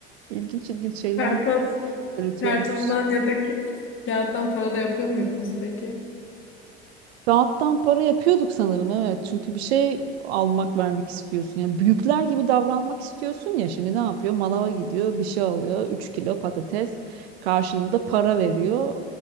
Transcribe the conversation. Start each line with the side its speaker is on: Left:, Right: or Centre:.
Right: İlginç ilginç şeyler
Left: Karton,
Right: üretiyormuşuz.
Left: kartondan ya da ki- kağıttan para da yapıyor muydunuz peki?
Right: Kağıttan para yapıyorduk sanırım evet. Çünkü bir şey almak vermek istiyorsun. ya büyükler gibi davranmak istiyorsun ya. Şimdi ne yapıyor? Manava gidiyor, bir şey alıyor. üç kilo patates karşılığında para veriyor.